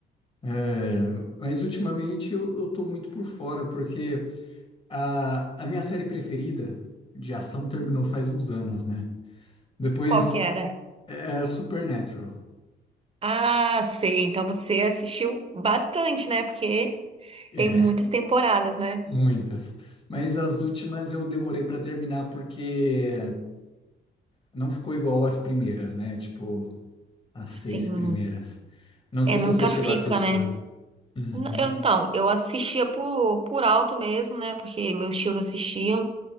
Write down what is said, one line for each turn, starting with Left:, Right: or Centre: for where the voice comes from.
Left: É, mas ultimamente eu, eu tô muito por fora, porque a, a minha série preferida de ação terminou faz uns anos, né? Depois
Right: Qual que era?
Left: é Supernatural.
Right: Ah, sei, então você assistiu bastante, né? Porque
Left: É.
Right: tem muitas temporadas, né?
Left: Muitas. Mas as últimas eu demorei pra terminar porque não ficou igual às primeiras, né? Tipo, as
Right: Sim.
Left: seis primeiras. Não
Right: É,
Left: sei
Right: nunca
Left: se você chegou
Right: fica,
Left: a assistir.
Right: né?
Left: Uhum,
Right: N- eu- então, eu assistia por, por alto mesmo, né? Porque meus tios assistiam.